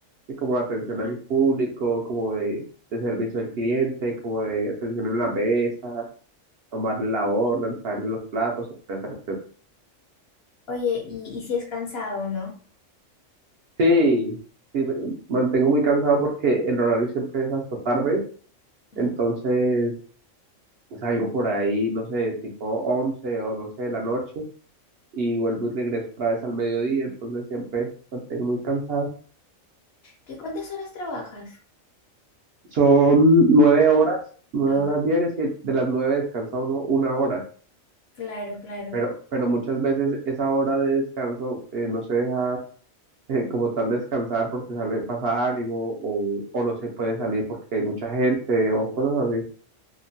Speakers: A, on the right; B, on the left.
A: y como de atención
B: Ujú.
A: al público, como de, de servicio al cliente, como de atención en la mesa, tomarle la orden, traerle los platos, etcétera, etcétera.
B: Oye, y, y si es cansado, ¿no?
A: Sí, sí, me- mantengo muy cansado porque el horario siempre es hasta tarde,
B: Ujú.
A: entonces pues, salgo por ahí, no sé, tipo 11 o 12 de la noche y vuelvo y regreso otra vez al mediodía, entonces siempre mantengo muy cansado.
B: ¿Qué cuántas horas trabajas?
A: Son nueve horas, nueve
B: Ah,
A: horas diarias y de las nueve descansa uno una hora,
B: claro, claro.
A: pero, pero muchas veces esa hora de descanso eh, no se deja eh, como tal descansar porque sale, pasa algo o, o no se puede salir porque hay mucha gente o cosas así.